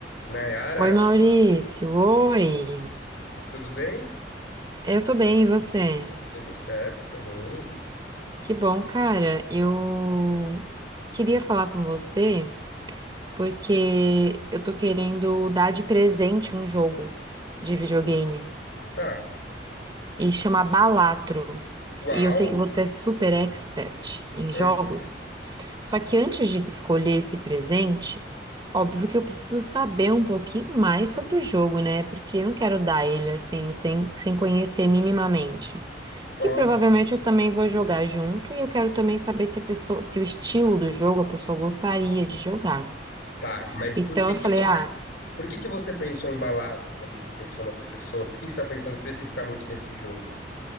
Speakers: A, on the left (about 75°); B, on the right (about 25°).
A: Nayara,
B: Oi, Maurício. Oi.
A: tudo bem?
B: Eu tô bem, e você?
A: Tudo certo também.
B: Que bom, cara. Eu queria falar com você porque eu tô querendo dar de presente um jogo de videogame
A: Tá.
B: e chama Balatro.
A: Uau!
B: E eu sei que você é super expert em
A: Aham.
B: jogos. Só que antes de escolher esse presente, óbvio que eu preciso saber um pouquinho mais sobre o jogo, né? Porque eu não quero dar ele assim, sem, sem conhecer minimamente. Que provavelmente
A: Óbvio.
B: eu também vou jogar junto e eu quero também saber se a pessoa, se o estilo do jogo a pessoa gostaria de jogar.
A: Tá, mas
B: Então
A: por que
B: eu
A: que
B: falei,
A: você,
B: ah,
A: por que que você pensou em Balatro quando você pensou nessa pessoa? Por que você está pensando especificamente nesse jogo?